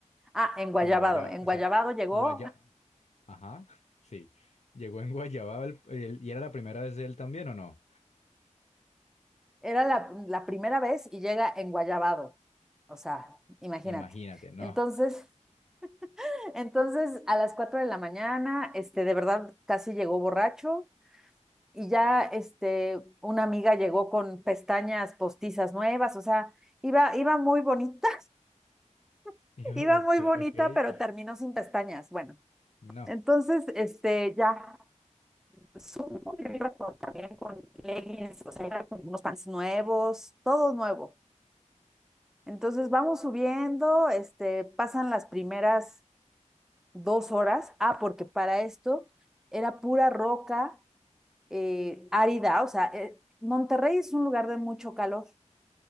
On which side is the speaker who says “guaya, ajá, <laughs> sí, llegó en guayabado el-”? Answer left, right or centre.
Left